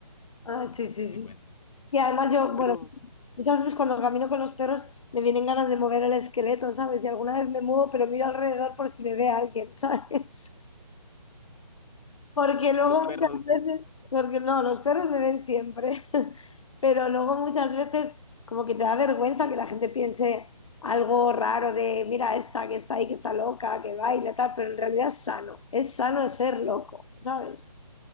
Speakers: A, on the left; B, on the left.
A: Ah, sí, sí,
B: es muy
A: sí.
B: bueno.
A: Y además yo,
B: Pero
A: bueno, Muchas veces cuando camino con los perros me vienen ganas de mover el esqueleto, ¿sabes? Y alguna vez me muevo, pero miro alrededor por si me ve alguien, ¿sabes? <laughs> Porque luego
B: los perros,
A: muchas veces, porque no, los perros me ven siempre, <laughs> pero luego muchas veces como que te da vergüenza que la gente piense algo raro de, mira, esta que está ahí, que está loca, que baila, tal, pero en realidad es sano, es sano ser loco, ¿sabes?